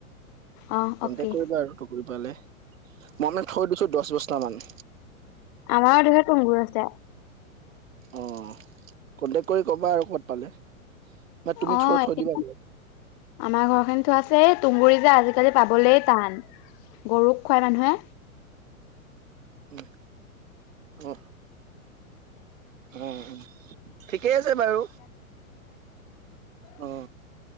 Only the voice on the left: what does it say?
অ
অকে
আমাৰ ধৰত তুংগুৰ আছে।
অ
আমাৰ
ঘৰ খিনি থোৱা আছে। এই তুমগুৰি যে আজি আজিকালি পাবলে টান গৰুক খুৱাই মানুহে